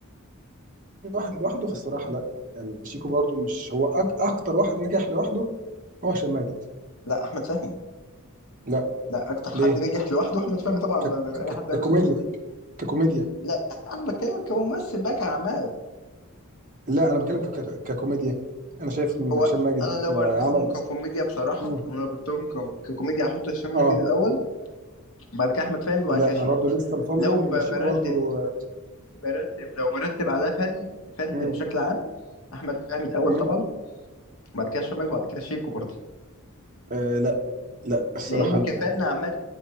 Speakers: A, on the right; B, on the left.
A: كل واحد لوحده فالصراحه لا يعني شيكو برضو مش هو أك اكتر واحد نجح لوحده هو هشام ماجد
B: لا احمد فهمي
A: لا
B: لا اكتر حد
A: ليه
B: نجح لوحده احمد فهمي طبعا
A: ك-
B: ما- ما- اي
A: ك-
B: حد يقول
A: ككوميديا
B: لك كده
A: ككوميديا
B: لا انا بتكلم كممثل بقى كاعمال
A: لا انا بتكلم ك- ك- ككوميديا انا شايف ان
B: هو
A: هشام ماجد
B: انا لو
A: آه،
B: برتبهم
A: عمل
B: ككوميديا بصراحه
A: مم.
B: انا لو برتبهم ك- ككوميديا هحط هشام ماجد
A: اه
B: الاول بعد كده احمد فهمي بعد
A: لا
B: كده شيكو
A: انا برضه لسه مصمم
B: لو ب-
A: ان
B: برتب
A: شيكو برضه آه،
B: برتب لو برتب على فن فن
A: مم.
B: بشكل عام احمد فهمي الاول
A: مم.
B: طبعا بعد كده هشام ماجد وبعد كده شيكو برضه
A: آه لا لا الصراحه
B: لان كفاءنا
A: انا
B: عامه